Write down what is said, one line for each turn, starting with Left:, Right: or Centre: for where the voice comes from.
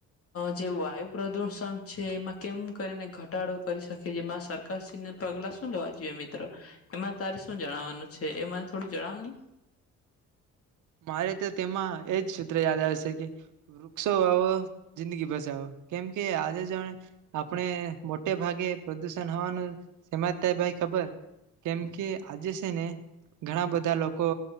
Left: જે વાયુ પ્રદુષણ છે એમાં કેમ કરીને ઘટાડો કરી શકે જેમાં સરકારને પગલા શું લેવા જોઈએ મિત્રો એમાં તારે શું જણાવવાનું છે એ મને થોડું જણાવ નહી.
Right: મારે તો તેમાં એજ સૂત્ર યાદ આવે છે કે વૃક્ષો વાવો જિંદગી બચાવો કેમકે આજે જાણે આપણે મોટે ભાગે પ્રદુષણ હોવાનું સમાત થાય ભાઈ ખબર કેમ કે આજે છે ને ઘણા બધા લોકો